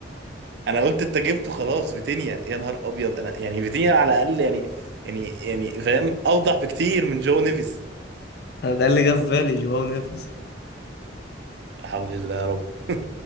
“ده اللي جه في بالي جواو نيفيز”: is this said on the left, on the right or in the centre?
Left